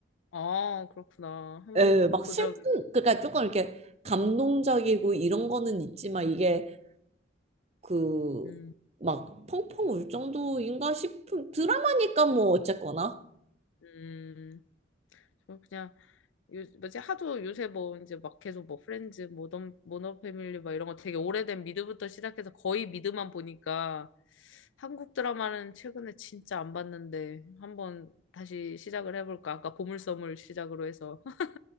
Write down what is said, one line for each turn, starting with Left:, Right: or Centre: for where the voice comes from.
Left: 아 그렇구나. 한번
Right: 예, 막
Left: 도전.
Right: 슬픈, 그러니까 조금 이렇게 감동적이고 이런 거는 있지만 이게 그
Left: 음,
Right: 막 펑펑 울 정도인가 싶은 드라마니까 뭐 어쨌거나
Left: 음. 저 그냥 요 뭐지 하도 요새 뭐 이제 막 계속 뭐 프렌즈, 모던, 모너 패밀리 막 이런 거 되게 오래된 미드부터 시작해서 거의 미드만 보니까 한국 드라마는 최근에 진짜 안 봤는데 한번 다시 시작을 해볼까? 아까 보물섬을 시작으로 해서 <laughs>